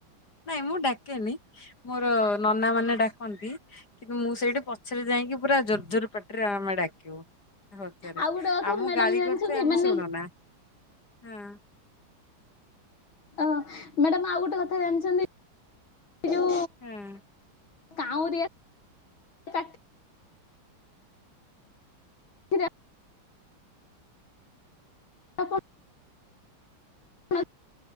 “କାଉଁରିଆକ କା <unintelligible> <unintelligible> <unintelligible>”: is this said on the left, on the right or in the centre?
Left